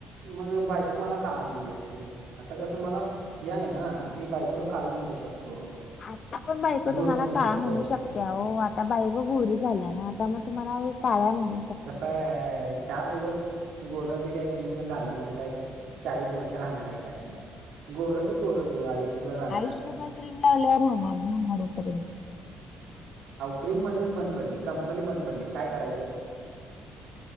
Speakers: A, on the right; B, on the left.
A: मग बायको मला काळा म्हणली असती,, आता कसं मला हे आहे ना, मी बायकोला काळी म्हणू शकतो.
B: आता पण बायको
A: धूर
B: तुम्हाला काळं
A: शकतो
B: म्हणू शक त्या ओ आता बाईको गोरी झाल्या ना, मग आता मग तुम्हाला काळ्या म्हणु
A: कसं ये चार दिवस गोर ते काय क्रिम नं झालं, म्हणुन ते काय चाळीस वर्ष राहणार ये काय? गोरं ते गोरंच हो आयुष्यभर राहणार.
B: आयुष्यभर क्रीम लागल्यावर होणार न होणार पर्यंत.
A: अ क्रीम मधीच बंद पडली. कंपनी बंद पडली काय करायचं.